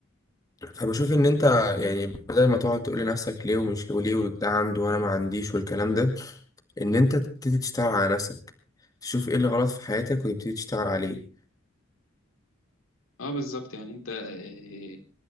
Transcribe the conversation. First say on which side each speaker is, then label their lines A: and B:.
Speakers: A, on the left; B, on the left.
A: فبشوف ان انت يعني بدل ما تقعد تقول لنفسك ليه ومش ليه وليه ده عنده وانا ما عنديش والكلام ده ان انت تبتدي تشتغل على نفسك تشوف ايه اللي غلط في حياتك وتبتدي تشتغل عليه
B: اه بالظبط يعني انت آه،